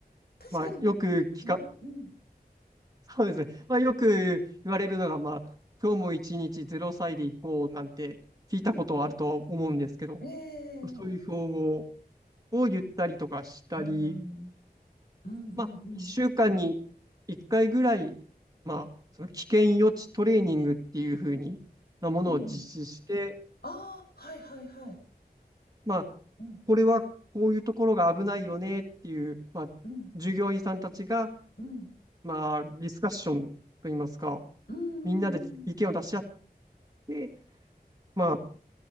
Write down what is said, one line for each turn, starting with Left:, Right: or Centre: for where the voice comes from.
Left: 確かに、
Right: まあ、よく聞か、
Left: ね、
Right: <laughs>
Left: うん、
Right: そうですね。まあ、よく言われるのが、まあ、今日も一日0歳で行こうなんて聞いたことはあるとは思うんですけど、
Left: うん、え
Right: そういう標語
Left: えええ
Right: を言ったりとかしたり、
Left: うん。うんうんうん。
Right: まあ、1週間に1回ぐらい、まあ、その危険予知トレーニングっていう風になものを実施して、
Left: うんうん。ああ、はいはいはい。
Right: まあ、
Left: うん、
Right: これはこういうところが危ないよねっていう、まあ、
Left: うん、
Right: 従業員さんたちが、
Left: うん。
Right: まあ、ディスカッションといいますか、
Left: うんうん
Right: みんなで意見を出し合っで、まあ、